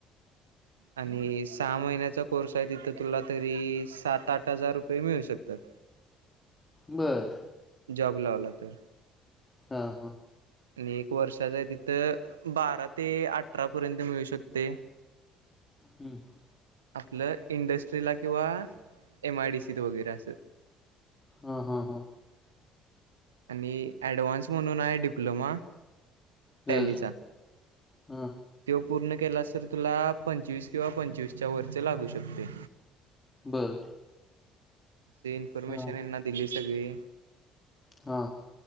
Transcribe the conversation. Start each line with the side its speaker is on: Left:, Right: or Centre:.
Right: <inaudible> आणि सहा महिन्याचा कोर्स आहे तिथं तुला तरी सात आठ हजार रुपये मिळू शकतात.
Left: बर.
Right: जॉब लावला तर.
Left: हा हा.
Right: आणि एक वर्षाचा आहे तिथं बारा ते अठरा पर्यंत मिळू शकतेय. <inaudible>
Left: हम्म.
Right: आपलं इंडस्ट्रीला किंवा एमआय डीसीत वगैरे असं.
Left: हा ह हा.
Right: आणि ऍडव्हान्स म्हणून आहे डिप्लोमा.
Left: बर
Right: टॅलीचा
Left: हा
Right: त्योव पूर्ण केलास तर तुला पंचवीस किंवा पंचवीसच्या वरचे लागू शकतय.
Left: बर.
Right: ती इन्फर्मेशन
Left: हा
Right: यांना दिली सगळी.
Left: हा.